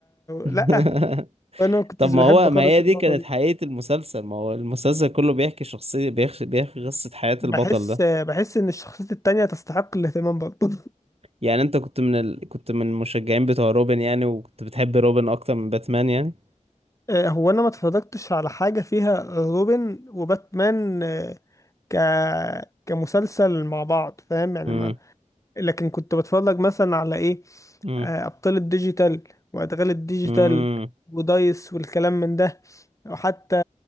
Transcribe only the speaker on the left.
لا فانا ما كنتش
بحب
خالص
النقطه
دي
بحس
بحس ان الشخصيات التانية تستحق الاهتمام برضه <laughs>
آه، هو انا ما اتفرجتش على حاجة فيها روبن وباتمان آه، ك كمسلسل مع بعض فاهم يعني
ما لكن كنت بتفرج مثلا على ايه
آه، ابطال الديجيتال وادغال الديجيتال
ودايس والكلام من ده وحتى